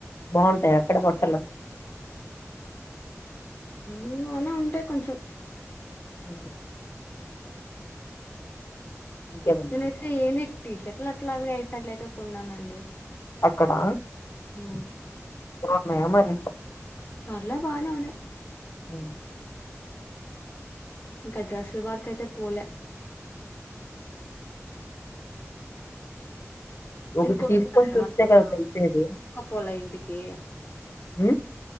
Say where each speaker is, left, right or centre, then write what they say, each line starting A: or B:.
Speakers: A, on the left; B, on the left.
A: బాగుంటాయ అక్కడ బట్టలు
B: ఊ బానే ఉంటాయి కొంచెం
A: హ్మ్. ఇంకేమండి
B: నేనైతే ఏది టీ షర్ట్లు అట్లా అవి నైట్ ప్యాంట్లు అయితే కొన్నానండి
A: అక్కడ
B: ఊ
A: బాగున్నాయ మరి
B: పర్ల బానే ఉన్నాయి
A: హ్మ్.
B: ఇంకా డ్రసులు వరకయితే పోలే
A: ఒకటి
B: ఇంకొంటున్నారా
A: తీసుకొని
B: ఏమన్నా
A: చూస్తే కదా తెలిసేది
B: తీసుకపోలా ఇంటికి
A: హ